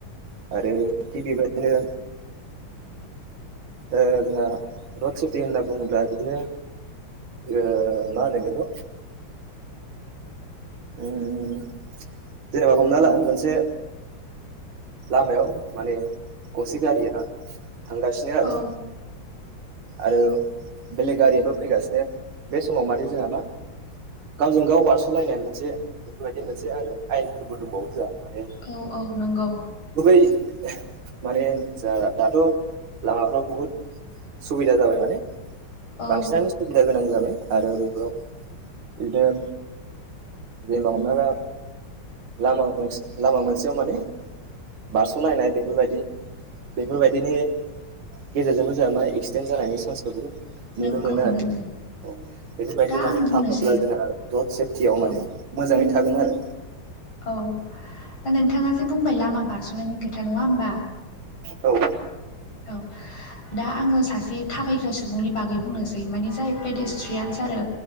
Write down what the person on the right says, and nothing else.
आरो। आरो थिख बि बेबायदिनो
ओ जोंहा रट सेपथि होनना बुंङोब्ला बिदिनो ओ मा होनो बेखौ उम्म जेनेबा हमनाला मोनसे लामायाव माने गंसे गारि ला थांगासिनो
आरो आरो बेलेग गारियाबो फैगासिनो बे समाव माने जोंहा मा गावजों गाव बारस'लायनाय मोनसे बेफोरबायदि मोनसे आरो आयेनफोरबो दंबावो जोंहा। माने
गुबै माने जा दाथ' लामाफ्राव बुहुद सुबिदा जाबाय माने
बांसिनानो
सुबिदा गोनां जाबाय आरो बेफोराव बिदिनो रेल हमनायबा लामा गंसे लामा मोनसेयाव माने बारस'लायनाय बेफोरबायदि बेफोरबायदिनि गेजेरजोंबो जोंहा ना एक्सिडेन्ट जानायनि चान्सखौ बुहुत
नुनो मोनो आरो
औ बेफोरबायदि
माने
खालाम अब्ला जोंना रड सेफटियाव
माने मोजाङै थागोन आरो।
औ।